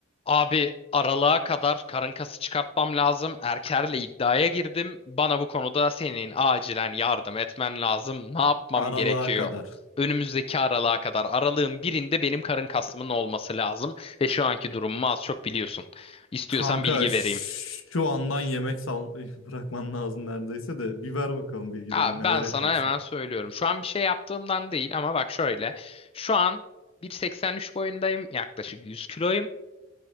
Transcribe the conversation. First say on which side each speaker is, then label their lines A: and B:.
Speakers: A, on the left; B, on the left.
A: Abi aralığa kadar karın kası çıkartmam lazım. Erker'le iddiaya girdim. Bana bu konuda senin acilen yardım etmen lazım. Ne yapmam
B: Aralığa
A: gerekiyor?
B: kadar.
A: Önümüzdeki aralığa kadar aralığın birinde benim karın kasımın olması lazım. Ve şu anki durumumu az çok biliyorsun. İstiyorsan
B: Kanka
A: bilgi
B: ş-
A: vereyim.
B: şu andan yemek sal <laughs> bırakman lazım neredeyse de. Bir ver bakalım bilgilerini
A: Ha,
B: neler
A: ben
B: yapıyorsun.
A: sana hemen söylüyorum. Şu an bir şey yaptığımdan değil ama bak şöyle. Şu an 1.83 boyundayım. Yaklaşık 100 kiloyum.